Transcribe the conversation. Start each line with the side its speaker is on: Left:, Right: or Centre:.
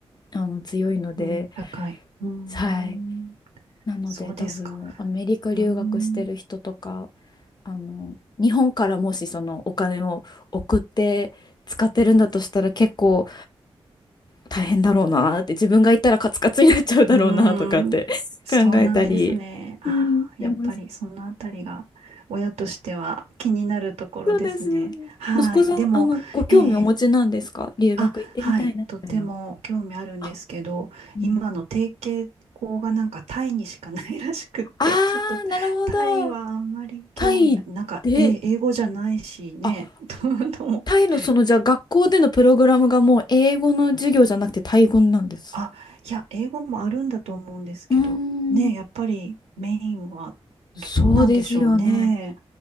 Left: あの、強いので、
Right: うん、高い。うん、
Left: はい。なので多分、
Right: そうですか。
Left: アメリカ留学してる人とか、
Right: うん、
Left: あの、日本からもしそのお金を送って使ってるんだとしたら結構、大変だろうなーって自分が行ったらカツカツになっちゃうだろうなーとかって
Right: うん、
Left: <laughs>
Right: そうなんですね。
Left: 考えたり、
Right: ああ、
Left: うん、でも
Right: やっぱりそのあたりが親としては気になるところですね。
Left: そうですよね。
Right: はい。
Left: 息子さん、
Right: でも、
Left: あの、ご興味お持ちなんですか留学行ってみたいなみたいな。
Right: ええあ、はい、とても興味あるんですけど、
Left: あ、うん
Right: 今の提携校がなんかタイにしかないらしくって、
Left: あ
Right: <laughs> ちょっとタイはあんまり興味が、
Left: ー、なるほど。タイで、
Right: なんか、え、英語じゃないしね、
Left: あ、
Right: <laughs> とと思って。
Left: タイのその、じゃあ学校でのプログラムがもう英語の授業じゃなくてタイ語なんです。
Right: あ、いや、英語もあるんだと思うんですけど、
Left: うーん、
Right: ね、やっぱりメインは
Left: そうですよね。
Right: どうなんでしょうね、